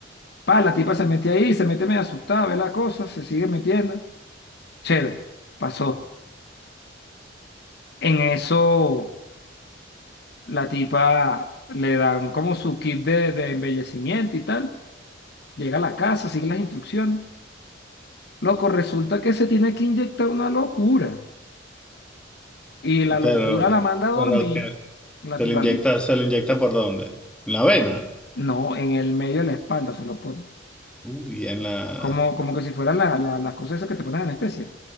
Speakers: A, on the left; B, in the centre.
A: Pa, la tipa se metió ahí, se mete medio asustada, ve la cosa, se sigue metiendo. Chévere, pasó. En eso, la tipa le dan como su kit de, de embellecimiento y tal. Llega a la casa, sigue las instrucciones. Loco, resulta que se tiene que inyectar una locura. Y la locura
B: Pero,
A: la manda a dormir.
B: pero ok.
A: la-
B: ¿Se
A: la-
B: le inyecta, se le inyecta por dónde? ¿En la vena?
A: no, en el medio de la espalda se lo pone.
B: Uy, en la...
A: Como, como que si fueran la- la- las cosas esas que te ponen anestesia.